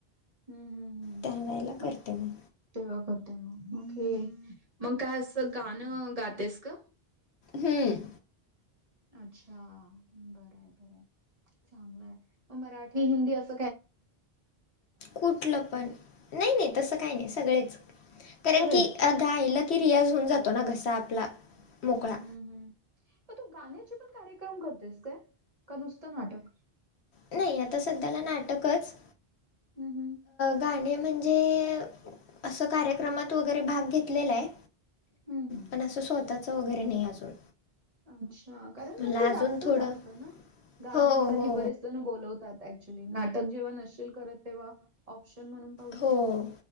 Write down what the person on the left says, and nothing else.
त्या वेळेला
करते
मी
हम्म.
कुठलं पण, नाही नाही तसं काही नाही सगळेच कारण
की गायलं की रियाज होऊन जातो ना घसा आपला मोकळा
नाही आता सध्याला नाटकच,
गाणे म्हणजे ते असं कार्यक्रमात वगैरे भाग घेतलेला आहे
पण असं स्वतःचं वगैरे नाही अजून
मला
अजून
थोडं
हो हो
हो